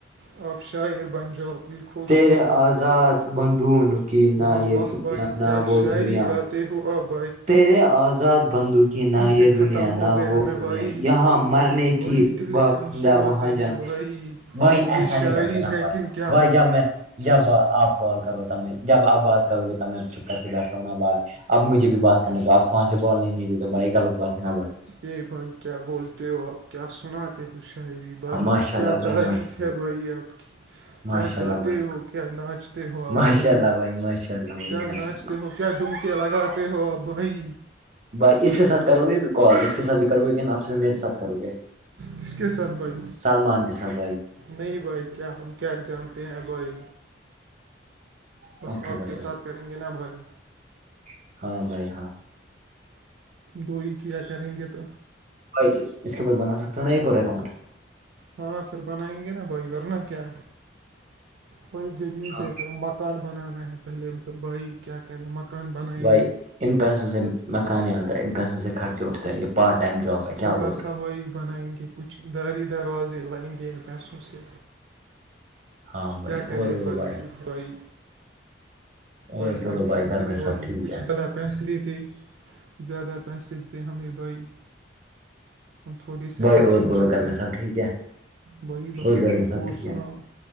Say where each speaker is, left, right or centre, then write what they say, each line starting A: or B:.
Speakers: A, on the right (about 65°); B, on the right (about 40°).
A: آبشار بن جو لکھو
B: تیرے
A: شاعری
B: آزاد
A: بائی
B: بندون کی نہ
A: واہ
B: یہ
A: واہ
B: دنیا
A: بٮ
B: نہ
A: کیا
B: وہ
A: شاعری
B: دنیا
A: غات تیہو آب
B: تیرے آزاد بندوک نہ یہ
A: سے ختم
B: دنیا
A: ہو
B: نہ
A: گیا
B: وہ
A: میں
B: دنیا
A: بھائی
B: یہاں مرنے
A: بھائی
B: کی
A: دل
B: باپندہ
A: سے آنسو
B: وہاں
A: آتے ہیں
B: جانے
A: بھائی
B: بھائی ایسا
A: یہ
B: نہیں
A: شاعری
B: کرتے نا
A: ہے
B: بھائی
A: کن کیا
B: بھائی جب میں جب آپ کال کرو ت میں جب آپ بات کرو گے تب میں چپ کر کے بیٹھتا ہوں اب مجھے بھی بات کرنے تو آپ وہاں سے بول نہیں دی تو بھائی لط بات ہے نا بھائی
A: ا بھائی کیا بولتے ہو آپ کیا سناتے ہوشری بھائی
B: ہاں ماشاء
A: کیا
B: اللہ بھائی
A: تعریف
B: ماشاء اللہ
A: ہے بھائی آپ
B: ماشاء
A: کیا گاتے
B: اللہ بھائی
A: ہو کیا ناچتے ہو آ
B: ماشاء
A: بھائی
B: اللہ ماشاء اللہ بھائی
A: کیا
B: ماشاء
A: ناچتے
B: اللہ
A: ہو کیا ڈومکے لگاتے ہو آ بھائی
B: بھائی اس کے ساتھ کرو گے بھی کال اس کے ساتھ بھی کرو گےیکن اف سےر میرے ساتھ کرو گے
A: کس کے ساتھ بھائی
B: سلمان کے ساتھ بھائی
A: نہیں بھائی کیا ہم کیا جانتے ہیں بھائی بس
B: اوکے
A: آپ
B: بھائی
A: کے ساتھ کریں گے ن بھائی
B: اوکے ہاں بھائی ہاں
A: دو ہی کیا کریں گے تو
B: ائی اس کے پاس بنا سکتے ہو نا ایک اور اکاؤنٹ
A: ہاں پھر بنائیں گے نا بھائی ورنہ کیا کوئی غریب
B: ہاں
A: ہے مکان بنانا ہے پہلے بھائی کیا کریں مکان بنائیں
B: بھائی
A: گے
B: ان پیسوں سے مکانے آتا ہے ان پیسوں سے خرچے اٹھتا ہے یہ پارٹ ٹائم جاب ہے
A: تھوڑا
B: کیا بول رہے
A: سوائی بنائیں گے کچھ داری دروازے لائیں گے ان پیسوں سے
B: ہو؟ ہاں بھائی
A: کیا
B: اور
A: کرے
B: بولو
A: بائیک
B: بھائی
A: بائی بھائی
B: اور بولو
A: اب یہ
B: بھائی
A: کمپنی
B: گھر میں سب
A: والی
B: ٹھیک
A: کچھ
B: ہے
A: زدہ پیسے دتےے زیادہ پیسے دتےے ہمیں بھائی ہم تھوڑے سے
B: بھائی
A: امیر
B: اور
A: ہو
B: بولو
A: جاتے
B: گھر میں سب ٹھیک ہے
A: بھائی بس
B: اور گھر
A: ٹھیک
B: میں سب
A: اور سناؤ
B: ہے